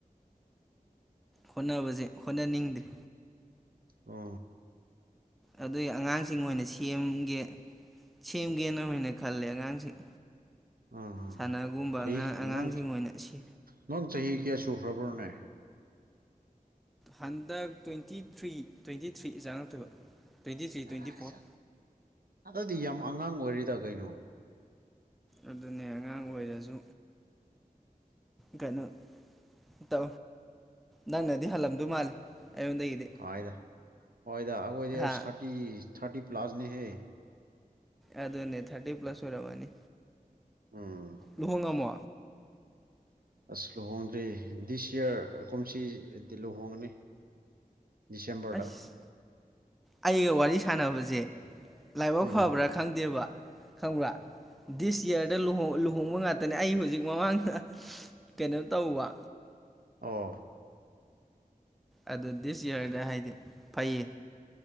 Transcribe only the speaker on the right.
ꯑ
ꯑ
ꯆꯍꯤ
ꯅ
ꯅ ꯆꯍꯤꯍꯤ ꯀꯌꯥꯁꯨꯨꯈ꯭ꯔꯕꯔꯅꯦ
ꯑꯁ
ꯑꯗꯨꯗꯤ ꯌꯥꯝ ꯑꯉꯥꯡ ꯑꯣꯏꯔꯤꯗ ꯀꯩꯅꯣ
ꯀꯗ ꯍꯣꯏꯗ ꯑꯩꯈꯣꯏꯗꯤ
ꯊꯥꯔꯇꯤ ꯊꯥꯔꯇꯤ ꯄ꯭ꯂꯥꯁꯅꯦꯍꯦ
ꯎꯝ
ꯑꯁ ꯂꯨꯍꯣꯡꯗ꯭ꯔꯦ ꯗꯤꯁ ꯏꯌꯥꯔ ꯀꯨꯝꯁꯤꯗꯤ ꯂꯨꯍꯣꯡꯒꯅꯤ ꯆꯦꯄꯔꯗ
ꯎꯝ
ꯑꯣ